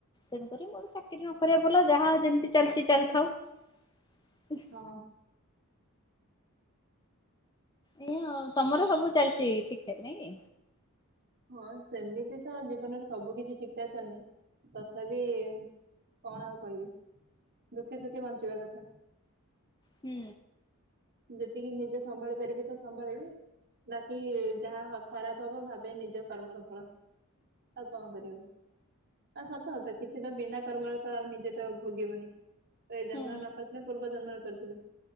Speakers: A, on the left; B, on the right.
A: ତେଣୁକରି ମୋର ଚାକିରି ନକରିଆ ଭଲ, ଯାହା ଯେମିତି ଚାଲିଛି ଚାଲିଥାଉ।
B: ହଁ।
A: ଏଇଆ ଆଉ, ତମର ସବୁ ଚାଲିଛି ଠିକ୍ ଠାକ୍ ନାଇଁ କି?
B: ହଁ ସେମିତି ତ ଜୀବନରେ ସବୁ କିଛି ଠିକ୍ ଠାକ୍ ଚାଲିନି, ତଥାପି କଣ ଆଉ କହିବି, ଦୁଖେ ସୁଖେ ବଞ୍ଚିବା କଥା।
A: ହୁଁ।
B: ଯେତିକି ନିଜେ ସମ୍ଭାଳି ପାରିବି ତ ସମ୍ଭାଳିବି। ବାକି ଯାହା ଖରାପ ହବ ଭାବେ ନିଜ କର୍ମର ଫଳ। ଆଉ କଣ କରିବ, ଆଉ ସତ କଥା କିଛି ତ ବିନା କର୍ମରେ ତ ଆଉ ନିଜେ ତ ଭୋଗିବନି। ଏଇ ଜନ୍ମରେ
A: ହୁଁ
B: ନ କରିଥିଲେ ପୂର୍ବ ଜନ୍ମରେ କରିଥିବି।